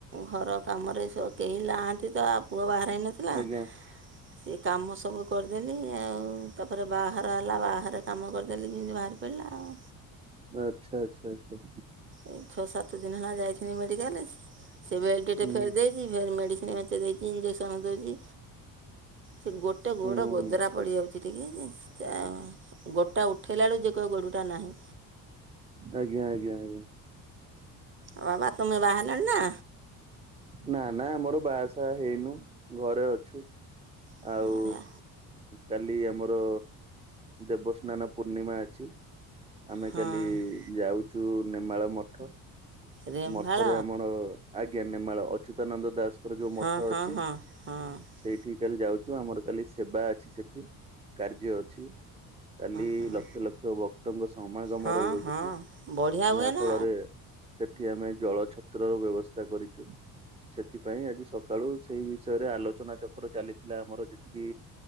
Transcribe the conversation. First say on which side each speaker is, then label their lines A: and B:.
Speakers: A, on the right (about 35°); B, on the right (about 20°).
A: ଘର କାମରେ କେହି ନାହାନ୍ତି ତ ଆ ପୁଅ ବାହାର ହେଇନଥିଲା
B: ଆଜ୍ଞା
A: ସେ କାମ ସବୁ କରିଦେଲି ଆଉ ତାପରେ ବାହର ହେଲା ବାହାରେ କାମ କରିଦେଲି ଯେମିତି ବାହାରି ପଇଲା ଆଉ।
B: ଆଚଛା ଆଚ୍ଛା ଆଚ୍ଛା।
A: ଏଇ ଛଅ ସାତ ଦିନ ହେଲା ଯାଇଥିନି ମେଡିକାଲ ରେ ସେ ବେଲଟ
B: ହୁଁ
A: ଫେରି ଦେଇ ହୁଁ ମେଡିସିନ୍ ମେଞ୍ଚେ ଦେଇଛି ଇଞ୍ଜେକ୍ସନ ଦଉଛି। ସେ ଗୋଟେ ଗୋଡ଼
B: ହୁଁ
A: ଗୋଦରା
B: ହୁଁ
A: ପଡ଼ି ଯାଉଛି। ଟିକେ ଚା ଗୋଡ଼ ଟା ଉଠାଇଲା ବେଳୁ ଯେ କହିବ ଗୋଡ଼ଟା ନାହିଁ।
B: ଆଜ୍ଞା ଆଜ୍ଞା ଆଜ୍ଞା।
A: ଆଉ ବାବା ଆ ତୁମେ ବାହା ହେଲଣି ନା?
B: ନା ନା ଆମର ବାହାସାହା ହେଇନୁ ଘରେ ଅଛୁ।
A: ନା
B: ଆଉ କାଲି ଆମର ଦେବସ୍ନାନ ପୂର୍ଣ୍ଣିମା ଅଛି ଆମେ
A: ହଁ
B: କାଲି ଯାଉଛୁ ନେମାଳ ମଠ।
A: ରେମ୍ଭାଳ
B: ସେ ମଠରେ ଆମର ଆଜ୍ଞା ନେମାଳ ଅଚ୍ୟୁତାନନ୍ଦ ଦାସଙ୍କର ଯୋଉ ମଠ
A: ହଁ ହଁ
B: ଅଛି।
A: ହଁ ହଁ
B: ସେଇଠିକି କାଲି ଯାଉଛୁ ଆମର କାଲି ସେବା ଅଛି ସେଠି କାର୍ଯ୍ୟ ଅଛି। କାଲି
A: ହଁ
B: ଲକ୍ଷ ଲକ୍ଷ ଭକ୍ତଙ୍କ ସମାଗମ
A: ହଁ
B: ରହିବ
A: ହଁ
B: ସେଠି
A: ବଢ଼ିଆ ହୁଏ
B: ଯାହା
A: ନା
B: ଫଳରେ ସେଠି ଆମେ ଜଳ ଛତ୍ରର ବ୍ୟବସ୍ଥା କରିଛୁ। ସେଥିପାଇଁ ଆଜି ସକାଳୁ ସେଇ ବିଷୟରେ ଆଲୋଚନାଚକ୍ର ଚାଲିଥିଲା ଆମର ଯେତିକି